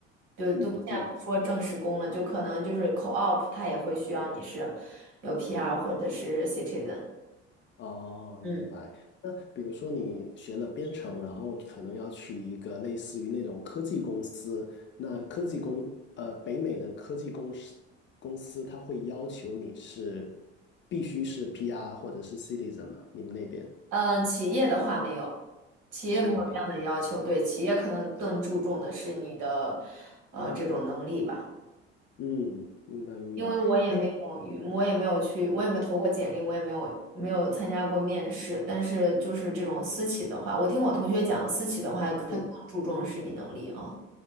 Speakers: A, on the right; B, on the left.
A: 就都现在不说正式工了，
B: 嗯嗯。
A: 就可能就是 co-op，它也会需要你是有 PR 或者是 citizen。
B: 哦，
A: 嗯，
B: 明白。那比如说你学了编程，然后可能要去一个类似于那种科技公司，那科技公，呃，北美的科技公司公司，它会要求你是必须是 PR 或者是 citizen 吗？你们那边
A: 呃，企业的话没有，企业没有这样的要求，
B: 企业没有？
A: 对，企业可能更注重的是你的呃这种能力吧。
B: 嗯，明白明白。
A: 因为我也没有与我也没有去，
B: 哎，
A: 我也没投过简历，我也没有没有参加过面试。但是就是这种私企的话，我听我同学讲，私企的话，他更注重是你能力啊。
B: 嗯，